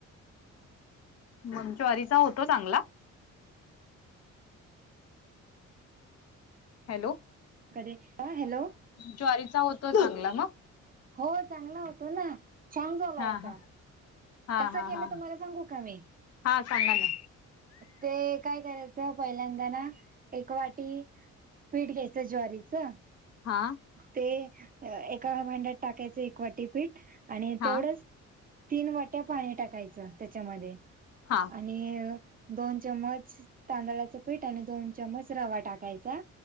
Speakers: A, on the left; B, on the right.
A: मग ज्वारीचा होतो चांगला? हॅलो,
B: कधी अ हॅलो,
A: ज्वारीचा होतो चांगला मग?
B: हो चांगला होतो न, छान झाला
A: हा
B: होता.
A: हा हा
B: कसं
A: हा
B: केलं
A: हा,
B: तुम्हाला सांगू का मी
A: हा सांगा ना,
B: ते काय करायचं? पहिल्यांदा ना, एक वाटी पीठ घ्यायचं ज्वारीचं.
A: हा,
B: ते एका भांड्यात टाकायचं, एक वाटी पीठ आणि
A: हां
B: तेवढंच तीन वाट्या पाणी टाकायचं त्याच्यामध्ये.
A: हा.
B: आणि दोन चम्मच तांदळाचं पीठ आणि दोन चम्मच रवा टाकायचा